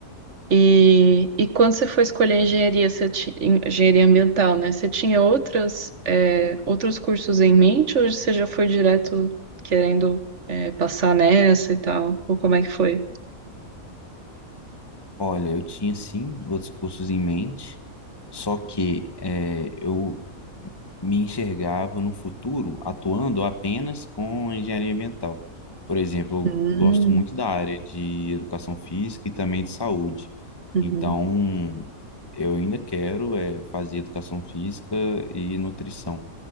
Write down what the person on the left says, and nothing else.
Olha, eu tinha, sim, outros cursos em mente, só que é, eu me enxergava no futuro atuando apenas com engenharia ambiental. Por exemplo,
eu gosto muito da área de educação física e também de saúde.
Então, eu ainda quero é, fazer educação física e nutrição.